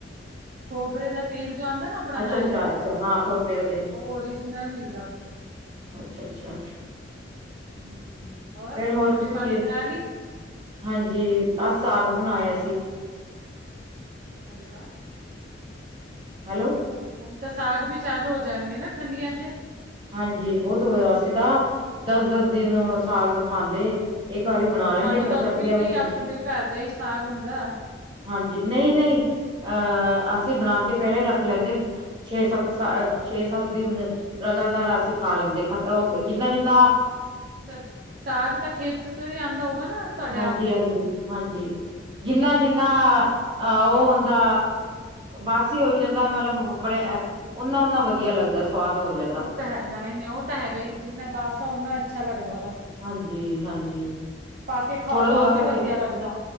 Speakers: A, on the right (about 50°); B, on the right (about 25°).
A: ਕੋਬਰੇ ਦਾ ਤੇਲ ਜੋ ਆਂਦਾ ਨਾ।
B: ਅੱਛਾ
A: ਨਾਰੀਅਲ
B: ਅੱਛਾ ਅੱਛਾ ਹਾਂ ਖੋਪੇ ਦਾ ਤੇਲ
A: ਉਹ ਓਰੀਜਨਲ ਮਿਲਦਾ ਉੱਥੇ।
B: ਅੱਛਾ- ਅੱਛਾ।
A: ਹਾਂਜੀ, ਹੋਰ
B: ਫੇਰ
A: ਰੋਟੀ-
B: ਤੁਸੀਂ
A: ਪਾਣੀ
B: ਕੀ
A: ਬਣਾ ਲਈ?
B: ਹਾਂਜੀ ਅਜ ਸਾਗ ਬਣਾਇਆ ਸੀ।
A: ਅਰੇ ਵਾਹ।
B: ਹੈਲੋ,
A: ਹੁਣ ਤਾਂ ਸਾਗ ਵੀ ਚਾਲੂ ਹੋ ਜਾਣਗੇ ਨਾ ਠੰਡੀਆਂ ਚ।
B: ਹਾਂਜੀ ਬੋਤ ਹੋਇਆ ਸੀਗਾ ਦਸ- ਦਸ ਦਿਨ ਸਾਗ ਖਾਂਦੇ। ਇਹ ਵਾਰੀ ਬਣਾ ਲੈਂਦੇ
A: ਸਾਨੂੰ
B: ਫੇਰ
A: ਤਾਂ
B: ਸਰਦੀਆਂ
A: ਉੱਥੇ ਕੀ
B: ਵਿੱਚ।
A: ਆਪਣੇ ਘਰ ਦਾ ਹੀ ਸਾਗ ਹੁੰਦਾ
B: ਹਾਂਜੀ ਨਹੀਂ- ਨਹੀਂ ਅਹ ਅਸੀਂ ਬਣਾ ਕੇ ਪਹਿਲਾਂ ਹੀ ਰੱਖ ਲੈਂਦੇ। ਛੇ-ਸੱਤ ਸ ਛੇ-ਸੱਤ ਦਿਨ ਲਗਾਤਾਰ ਅਸੀਂ ਖਾ ਲੈਂਦੇ, ਖ- ਉਹ ਜਿੰਨਾ-ਜਿੰਨਾ।
A: ਸ ਸਾਗ ਤਾਂ ਖੇਤ ਤੋਂ ਹੀ ਆਉਂਦਾ ਹੋਊਗਾ ਨਾ। ਤੁਹਾਡੇ
B: ਹਾਂਜੀ-ਹਾਂਜੀ,
A: ਆਪ ਦੇ ਹੀ
B: ਹਾਂਜੀ ਜਿੰਨਾ-ਜਿੰਨਾ
A: ਉਹੀ ਤਾਂ ਕਹਿ
B: ਅ ਉਹ ਹੁੰਦਾ। ਬਾਸੀ ਹੋਈ ਜਾਂਦਾ ਮਤਲਬ ਬੜੇ ਓਨਾ- ਓਨਾ ਵਧੀਆ ਲੱਗਦਾ ਸਵਾਦ ਹੋ ਜਾਂਦਾ।
A: ਉਹ ਤਾਂ ਹੈ ਨਾ ਨਹੀਂ ਉਹ ਤਾਂ ਹੈਗਾ ਹੀ ਜਿੰਨਾ ਬਸ ਹੈ ਉਨਾ ਅੱਛਾ ਲੱਗਦਾ ਹੈਗਾ।
B: ਹਾਂਜੀ- ਹਾਂਜੀ
A: ਕੇ ਖਾਓ
B: ਥੋੜਾ-
A: ਤਾਂ
B: ਥੋੜਾ
A: ਹੋਰ ਵੀ
B: ਕਰਕੇ,
A: ਵਧੀਆ ਲੱਗਦਾ